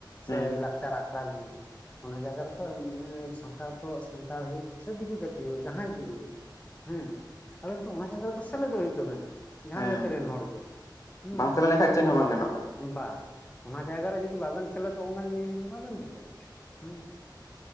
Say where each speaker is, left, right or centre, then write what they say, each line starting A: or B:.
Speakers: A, on the left; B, on the left.
A: ᱦᱮᱸ
B: ᱥᱮ ᱞᱟᱠᱽᱪᱟᱨ ᱟᱠᱷᱲᱟ ᱵᱮᱱ ᱞᱟᱹᱭ ᱚᱱᱟ ᱡᱟᱭᱜᱟ ᱨᱮᱛᱚ ᱮ ᱥᱟᱱᱛᱟᱲ ᱛᱚ ᱥᱟᱱᱛᱟᱲ ᱦᱳᱭᱳᱜ ᱥᱮ ᱫᱤᱠᱩ ᱡᱟᱛᱤ ᱡᱟᱦᱟᱸᱭ ᱜᱮ ᱦᱳᱭᱳᱜ ᱦᱮᱸ ᱟᱵᱮᱱ ᱛᱚ ᱚᱱᱟ ᱡᱟᱭᱜᱟ ᱨᱮᱫᱚ ᱥᱮᱞᱮᱫᱚᱜ ᱦᱩᱭᱩᱜ ᱛᱟᱵᱮᱱᱟ ᱡᱟᱦᱟᱸ
A: ᱦᱮᱸ
B: ᱡᱟᱹᱛᱤ ᱨᱮᱱ ᱦᱚᱲ ᱜᱮ ᱦᱮᱸ
A: ᱵᱟᱝ ᱥᱮᱞᱮᱫ ᱞᱮᱱᱠᱷᱟᱱ
B: ᱛᱟᱨ
A: ᱪᱮᱫ ᱦᱚᱸ ᱵᱟᱝ ᱜᱟᱱᱚᱜᱼᱟ
B: ᱵᱟ ᱚᱱᱟ ᱡᱟᱭᱜᱟ ᱨᱮ ᱡᱩᱫᱤ ᱵᱟᱵᱮᱱ ᱥᱮᱞᱮᱫᱚᱜ-ᱟ ᱚᱱᱟ <unintelligible> ᱵᱟᱵᱮᱱ ᱵᱩᱡ ᱫᱟᱲᱮᱭᱟᱜ-ᱟ ᱦᱮᱸ